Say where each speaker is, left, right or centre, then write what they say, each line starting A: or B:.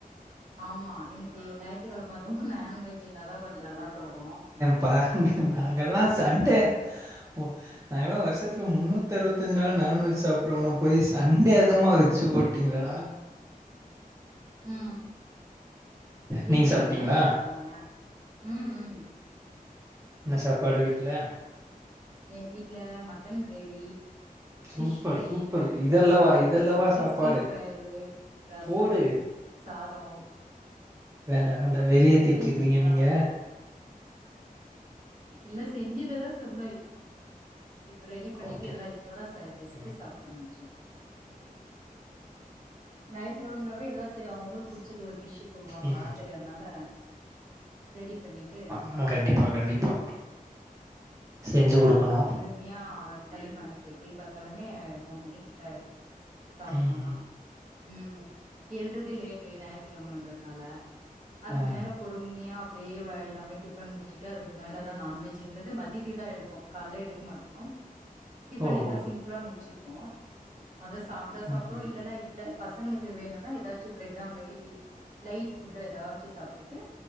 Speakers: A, on the right; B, on the right.
A: ஆமா இன்னிக்கி ஞாய்த்துக்கெழம அதுவு நான்வெஜ்ஜுனாதா கொஞ்சொ நல்லா போகு
B: பா ங்க நாங்கல்லா சண்டே ஒ நாங்கலா வருஷத் துல முன்னூத்து அறுவத்தஞ்சு நாள் நான்வெஜ் சாப்புடுறவன போயி சண்டே அதுவுமா வெஜ்ஜு போட்டீங்களேடா
A: ம் வெஜ்ஜுல
B: நீங்க சாப்ட்டீங்களா
A: என்னென்ன போட்டிருந்தாங்க ம் ம்
B: என்ன சாப்பாடு வீட்டுல
A: எங் வீட்டு்ல mutton gravy
B: super
A: fish fry
B: super இதல்லவா இதல்லவா
A: சிக்ஸ்டி
B: சாப்பாடு
A: ஃபைவு ரசம்
B: போடு
A: சாதொ
B: வேண்டா வேண்டா வெறியேத்திட்டுக்கிறீங்க
A: முடிஞ்ச்சு இப்பதா
B: நீங்க
A: இல்ல செஞ்சத தா சொன்னொய் ப்ப ரெடி பண்ணிட்டு
B: ஓகே
A: எல்லா இப்பதா ச ஜஸ்ட்
B: ஓகே
A: சாப்ட்டு முடிச்சோ ஞாயித்து கெழமனாவே எல்லா செரி அவுங்கவுளுக்கு புடிச்சது டிஷ்ஷு சொல்லுவாங்களா
B: ம்
A: சரி அதானால ரெடி பண்ணிட்டு
B: அ கண்டிப்ப கண்டிப்பா செஞ்சு குடுக்கணு
A: மியா டைம் ஆயிடுது எப்டி பாத்தாலுமே மூன் மணிக்கிட்ட சாப்
B: ம்ஹ்ம்
A: டொனா ம் எழ்றதுலேட் டீ ஞாயத்துக்கிழம எண்றதுனால டு ஞாயித்து கெழமன்றத்னால அதுக்கு
B: ஆ
A: மேல பொறும்மியா அப்டே வாயெல்லாமே டிஃபன் முட் சிட்டு அதுக் மேல தா நான்வெஜ்ஜுன்றது மதியதுக் தா எடுப்போ கால்ல எடுக் மாட்டோ டிஃபன்
B: ஓஹோ
A: எதனா சிம்ப்ளா முட்ச்சுப்போம் அத சாப்ட்டா சாப்டு
B: ம்
A: இல்லனா இட் ல்ல பசங்களுக்கு வேணுன்னா எதாச்சு பிரெட் ஆம்லெட் இப்டி லைட் ஃபுட்டா எதாச்சு சாப்டுட்டு